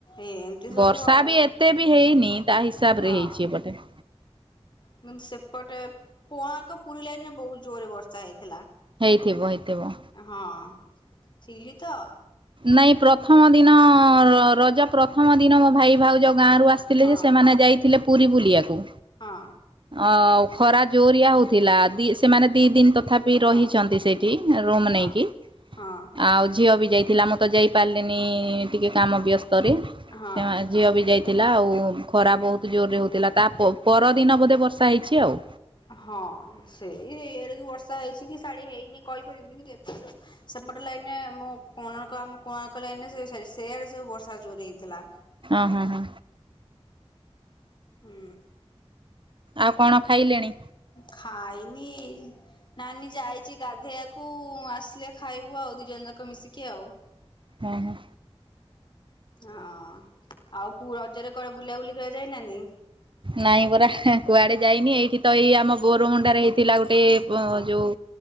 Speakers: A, on the left (about 45°); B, on the right (about 50°).
A: ଏମିତି ସବୁ
B: ବର୍ଷା
A: ଆଉ
B: ବି ଏତେ ବି ହେଇନି ତା ହିସାବ
A: ହଁ।
B: ରେ ହେଇଛି ଏପଟେ।
A: କିନ୍ତୁ ସେପଟେ କୋଣାର୍କ ପୁରୀ ଲାଇନରେ ବହୁତ ଜୋରରେ ବର୍ଷା ହେଇଥିଲା।
B: ହେଇଥିବ ହେଇଥିବ।
A: ହଁ ଥିଲି ତ।
B: ନାଇଁ ପ୍ରଥମ ଦିନ ରଜ ପ୍ରଥମ ଦିନ ମୋ ଭାଇ ଭାଉଜ ଗାଁ ରୁ ଆସି ଆସିଥିଲେ
A: ହଁ
B: ଯେ ସେମାନେ ଯାଇଥିଲେ ପୁରୀ ବୁଲିବାକୁ।
A: ହଁ।
B: ଅ ଖରା ଜୋରିଆ ହଉଥିଲା ଦି ସେମାନେ ଦି ଦିନ ତ ତଥାପି
A: ହଁ
B: ରହିଛନ୍ତି ସେଇଠି ରୁମ୍
A: ହଁ
B: ନେଇକି।
A: ହଁ
B: ଆଉ ଝିଅ ବି ଯାଇଥିଲା ମୁଁ ତ ଯାଇପାରିଲିନି ଟିକେ କାମ ବ୍ୟସ୍ତରେ।
A: ହଁ
B: ସେ ଝିଅ ବି ଯାଇ ଥିଲା ଆଉ ଖରା ବହୁତ ଜୋରରେ ହଉଥିଲା ତା ପରଦିନ ବୋଧେ ବର୍ଷା ହେଇଛି ଆଉ।
A: ହଁ ସେଇ ଏଇଆଳକୁ ବର୍ଷା ହେଇଛି କି ଶାଢୀ ହେଇନି କହିପାରିବିନି କି କିନ୍ତୁ ଏପଟେ ସେପଟେ ଲାଇନେ ମୁଁ କୋଣାର୍କ ଆମ କୋଣାର୍କ ଲାଇନ ସେଇ ସେଆଡେ ସବୁ ବର୍ଷା ଯୋରେ ହେଇଥିଲା।
B: ହଁ ହଁ ହଁ
A: ହୁଁ
B: ଆଉ କଣ ଖାଇଲେଣି?
A: ଖାଇନି ନାନୀ ଯାଇଛି ଗାଧେଇବାକୁ ଆସିଲେ ଖାଇବୁ ଆଉ ଦି ଜଣ ଯାକ ମିଶିକି ଆଉ
B: ହଁ ହୁଁ।
A: ହଁ ଆଉ ପୁଅ ରଜରେ କଣ ବୁଲାବୁଲି କରିବାକୁ ଯାଇନାହାନ୍ତି।
B: ନାଇଁ ପରା କୁଆଡେ ଯାଇନି ଏଇଠି ତ ଏଇ ଆମ ବୋରମୁଣ୍ଡାରେ ହେଇଥିଲା ଗୋଟେ
A: ହଁ
B: ଯୋଉ